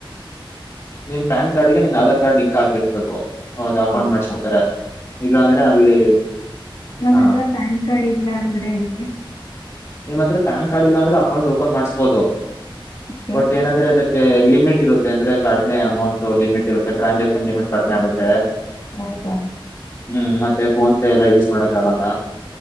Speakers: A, on the left; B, on the left.
A: ನಿನ್ ಪ್ಯಾನ್ ಕಾರ್ಡ್ಗೆ ನಿನ್ ಆಧಾರ್ ಕಾರ್ಡ್ ಲಿಂಕ್ ಆಗ್ಬಿರ್ಬೇಕು. ಹೌದ ಅಕೌಂಟ್
B: ಹೌದಾ
A: ಮಾಡ್ಸ್ಬೇಕಾರ ಇಲ್ಲ ಅಂದ್ರೆ ಅಲ್ಲಿ.
B: ನಮ್ಮ
A: ಹ
B: ಹತ್ರ ಪ್ಯಾನ್ ಕಾರ್ಡ್ ಇಲ್ಲ ಅಂದ್ರೆ ಹೆಂಗೆ.
A: ನಿಮ್ಮತ್ರ ಪ್ಯಾನ್ ಕಾರ್ಡ್ ಇಲ್ಲಾ ಅಂದ್ರೆ ಅಕೌಂಟ್ ಓಪನ್ ಮಾಡಸ್ಬೋದು.
B: ಓಕೆ
A: ಬಟ್ ಏನಂದ್ರೆ ಅದಕ್ಕೆ. ಲೀಮಿಟ್ ಇರುತ್ತೆ ಅಂದ್ರ ಕಡಿಮೆ ಅಮೌಂಟ್ ಲೀಮಿಟ್ ಇರುತ್ತೆ ಟ್ರಾನ್ಸಾಕ್ಷನ್ ಲಿಮಿಟ್. ಕಡಿಮೆ ಆಗುತ್ತೆ
B: ಹೌದಾ
A: ಹ್ಮ್ ಮತ್ತೆ. ಫೋನ್ ಎಲ್ಲ <unintelligible> ಮಾಡಕ್ಕಾಗಲ್ಲ